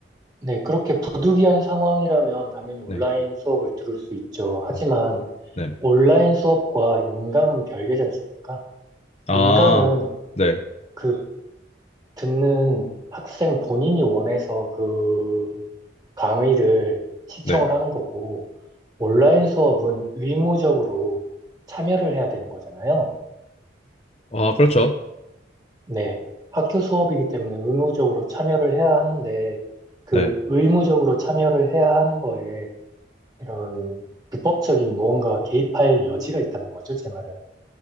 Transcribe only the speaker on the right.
네, 그렇게 부득이한 상황이라면 당연히 온라인
수업을 들을 수 있죠. 하지만
온라인 수업과 인강은 별개지 않습니까?
인강은
그 듣는 학생 본인이 원해서 그 강의를 시청을
하는 거고, 온라인 수업은 의무적으로 참여를 해야 되는 거잖아요.
네, 학교 수업이기 때문에 의무적으로 참여를 해야 하는데, 그
의무적으로 참여를 해야 하는 거에 이런 불법적인 무언가가 개입할 여지가 있다는 거죠, 제 말은.